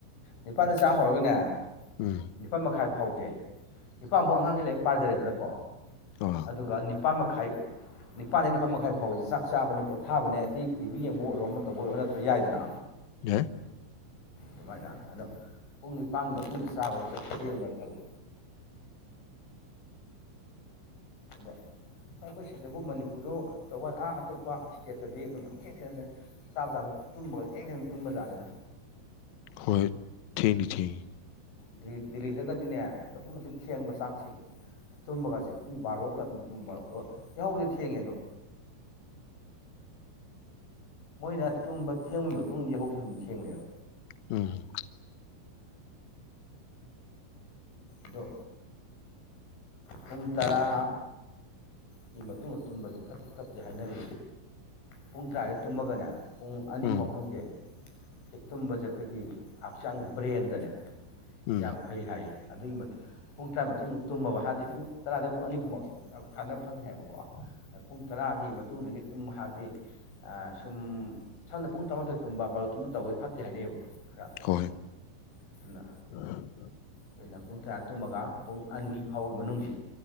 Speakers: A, on the left; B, on the left.
A: ꯅꯤꯄꯥꯟꯗꯩ ꯆꯥ ꯍꯧꯔꯒꯅꯦ
B: ꯎꯝ
A: ꯅꯤꯄꯥꯥꯟ ꯃꯈꯥꯏ ꯐꯥꯎꯖꯦ ꯅꯤꯄꯥꯟꯕꯥꯎ ꯑꯉꯥꯡꯉꯩ ꯂꯥꯏꯔꯤꯛ ꯄꯥꯖꯔꯦꯗꯅꯀꯣ
B: ꯑꯥ
A: ꯑꯗꯨꯒ ꯅꯤꯄꯥꯟ ꯃꯈꯥꯏ ꯅꯤꯄꯥꯥꯟꯗꯩ ꯅꯤꯄꯥꯥꯟ ꯃꯈꯥꯏ ꯐꯥꯎꯕꯁꯦ ꯆꯥꯛ ꯆꯥꯕꯅꯦ ꯄꯣꯊꯥꯕꯅꯦ ꯑꯇꯤ ꯇꯤꯚꯤ ꯌꯦꯡꯕ ꯑꯣꯏꯔꯣ ꯑꯃ ꯇꯧꯕ ꯑꯣꯏꯔꯣ ꯅꯠꯇ꯭ꯔ ꯌꯥꯏꯗꯅ
B: ꯌꯥꯏ
A: ꯗꯨꯃꯥꯏꯅ ꯑꯗꯣ ꯄꯨꯡ ꯅꯤꯄꯥꯟꯒꯤ ꯃꯇꯨꯡꯗ ꯆꯥꯕꯗꯤ ꯈꯔ ꯊꯦꯡꯕ꯭ꯔꯥ ꯈꯜꯂꯦ ꯑꯗꯣ ꯍꯣꯏ ꯑꯩꯈꯣꯏ ꯁꯤꯗꯕꯨ ꯃꯅꯤꯄꯨꯔꯗꯣ ꯇꯧꯕ꯭ꯋꯥꯅꯦ ꯑꯥ ꯑꯇꯣꯞꯄ ꯏꯁꯇꯦꯠꯇꯗꯤ ꯑꯗꯨꯝ ꯌꯥꯝ ꯊꯦ ꯊꯦꯡꯅ ꯆꯥꯏ ꯆꯥꯕ ꯆꯥꯗ ꯇꯨꯝꯕꯒ ꯊꯦꯡ ꯊꯦꯡ ꯇꯨꯝꯕꯖꯥꯠꯅꯤꯗ
B: ꯍꯣꯏ ꯊꯦꯡꯗꯤ ꯊꯦ
A: ꯗꯦꯂꯤ ꯗꯦꯜꯂꯤꯗꯒꯗꯤꯅꯦ ꯑꯗꯨꯛꯀꯤ ꯃꯇꯤꯛ ꯊꯦꯡꯕ ꯆꯥꯛꯁꯦ ꯇꯨꯝꯕꯒꯁꯦ ꯄꯨꯡ ꯕꯥꯔꯣꯗ ꯑꯗꯨꯝ ꯇꯨꯝꯕ ꯑꯒ ꯌꯥꯍꯧꯕꯗꯤ ꯊꯦꯡꯉꯦ ꯑꯗꯣ ꯃꯣꯏꯅ ꯇꯨꯝꯕ ꯊꯦꯡꯕꯩ ꯃꯇꯨꯡ ꯏꯟꯅ ꯌꯥꯍꯧꯁꯨ ꯑꯗꯨꯝ ꯊꯦꯡꯉꯑꯦꯕ
B: ꯎꯝ
A: ꯑꯗꯣ ꯄꯨꯡ ꯇꯔꯥ ꯀꯤ ꯃꯇꯨꯡꯗ ꯇꯨꯝꯕꯗꯤ ꯐꯠꯇꯤ ꯐꯠꯇꯦ ꯍꯥꯏꯅꯔꯤ ꯄꯨꯡ ꯇꯔꯥꯏꯗ ꯇꯨꯝꯃꯒꯅꯦ ꯄꯨꯡ ꯑꯅꯤ
B: ꯎꯝ
A: ꯐꯥꯎ ꯃꯅꯨꯡꯖꯦ ꯁꯦ ꯇꯨꯝꯕꯖꯦ ꯑꯈꯣꯏꯒꯤ ꯍꯛꯆꯥꯡ ꯕ꯭ꯔꯦꯟꯗꯅꯦ
B: ꯎꯝ
A: ꯌꯥꯝ ꯐꯩ ꯍꯥꯏꯌꯦ ꯑꯗꯨꯒꯤ ꯃꯇꯨ ꯄꯨꯡ ꯇꯔꯥꯏ ꯃꯇꯨꯡ ꯇꯨꯝꯃꯕ ꯍꯥꯏꯕꯗꯤ ꯄꯨꯡ ꯇꯔꯥꯗꯩ ꯄꯨꯡ ꯑꯅꯤ ꯍꯨꯝꯃꯛꯁꯦ ꯀꯥꯟꯅ ꯐꯪꯉꯦ ꯍꯥꯏꯕꯀꯣ ꯑꯥ ꯄꯨꯡ ꯇꯔꯥꯒꯤ ꯃꯠ ꯇꯨꯡꯗꯒꯤ ꯇꯨꯝ ꯍꯥꯏꯗꯤ ꯑꯥ ꯁꯨꯝ ꯁꯝꯅ ꯄꯨꯡ ꯇꯔꯥꯃꯥꯊꯣꯏ ꯇꯨꯝꯕ ꯕꯥꯔꯣ ꯇꯨꯝꯕ ꯇꯧꯒꯩ ꯐꯠꯇꯦ ꯍꯥꯏꯅꯩꯑꯕꯣ ꯈꯔ
B: ꯍꯣꯏ
A: ꯑꯗꯨꯅ
B: <inaudible>
A: ꯑꯈꯣꯏꯅ ꯄꯨꯡ ꯇꯔꯥ ꯇꯨꯝꯃꯒ ꯄꯨꯡ ꯑꯅꯤ ꯐꯥꯎꯒꯤ ꯃꯅꯨꯡꯖꯤ